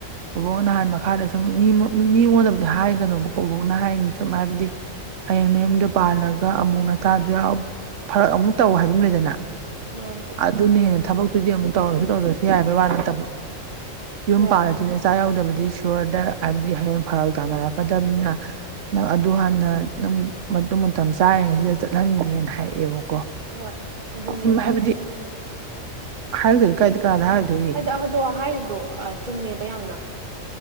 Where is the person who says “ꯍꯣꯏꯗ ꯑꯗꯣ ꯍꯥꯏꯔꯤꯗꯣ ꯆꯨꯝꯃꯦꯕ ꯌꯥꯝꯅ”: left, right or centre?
Right